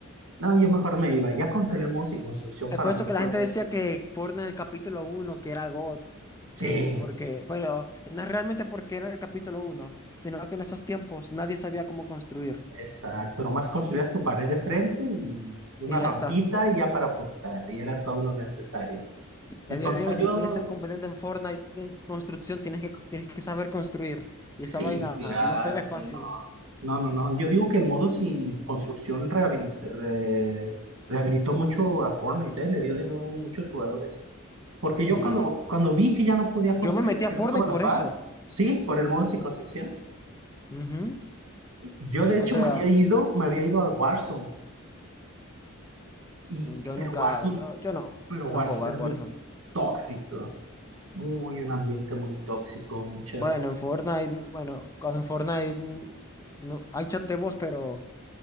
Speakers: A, on the right; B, on the left.
A: no, yo mejor me iba. Ya con Celemos y construcción
B: Es
A: para
B: por eso
A: mí
B: que la
A: fue,
B: gente decía que Fortnite en el capítulo uno que era GOT,
A: sí,
B: que porque, pero no es realmente porque era el capítulo uno sino que en esos tiempos nadie sabía cómo construir.
A: exacto, nomás construías tu pared de frente y una
B: Y
A: rampita
B: ya está.
A: y ya para apuntar y era todo lo necesario. Y
B: Y a día
A: cuando
B: de
A: salió,
B: hoy, si quieres ser competente en Fortnite en construcción, tienes que, tienes que saber construir. Y
A: sí,
B: esa vaina
A: claro,
B: no se ve fácil.
A: no, no, no, no. Yo digo que el modo sin construcción rehabilit- re- rehabilitó mucho a Fortnite, ¿eh? Le dio de nuevo muchos jugadores. Porque
B: Sí.
A: yo cuando, cuando vi que ya no podía construir,
B: Yo me metí a
A: que
B: Fortnite
A: no estaba a la
B: por
A: par,
B: eso.
A: sí, por el modo sin construcción,
B: Ujú.
A: yo de hecho
B: O sea,
A: me había ido, me había ido a Warzone, y,
B: mm, yo
A: pero
B: nunca,
A: Warzone,
B: yo, yo no,
A: pero
B: yo
A: Warzone
B: no juego War-
A: es muy
B: Warzone.
A: tóxico, muy un ambiente muy tóxico, muchas...
B: Bueno,
A: ofen-
B: en Fortnite, bueno, cuando en Fortnite mm, no, hay chat de voz, pero